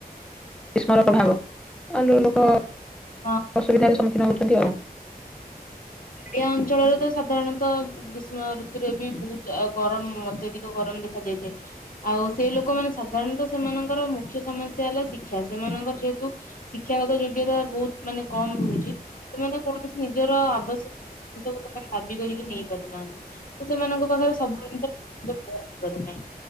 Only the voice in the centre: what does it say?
ସ୍ମାରକ ଭାଗ, ଅନ୍ୟ ଲୋକ
ଅସୁବିଧାରେ ସମ୍ମୁଖୀନ ହେଉଛନ୍ତି ଆଉ।